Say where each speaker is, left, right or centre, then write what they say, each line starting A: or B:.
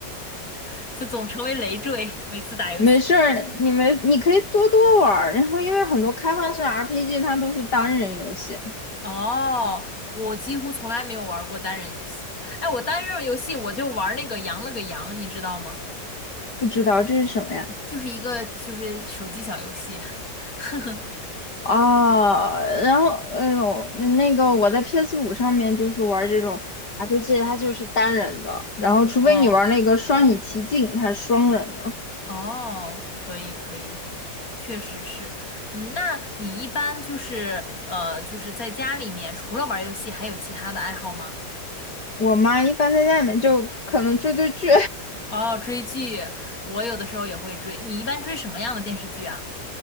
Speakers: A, on the left; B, on the left.
A: <laughs> 就总成为累赘，每次打游戏。
B: 没事儿，你们你可以多多玩儿，然后因为很多开放式 RPG 它都是单人游戏，
A: 哦，我几乎从来没有玩过单人游戏。哎，我单人游戏我就玩那个羊了个羊，你知道吗？
B: 不知道这是什么呀？
A: 就是一个就是手机小游戏。<laughs>
B: 哦，然后嗯，呃那个我在 PS 五上面就是玩这种 RPG，它就是单人的，然后除非你玩那个双影奇境，
A: 哦
B: 它是双人的。
A: 哦，可以可以，确实是。嗯，那你一般就是呃，就是在家里面除了玩游戏，还有其他的爱好吗？
B: 我妈一般在家里面就可能追追剧，
A: 哦，追剧，我有的时候也会追。你一般追什么样的电视剧啊？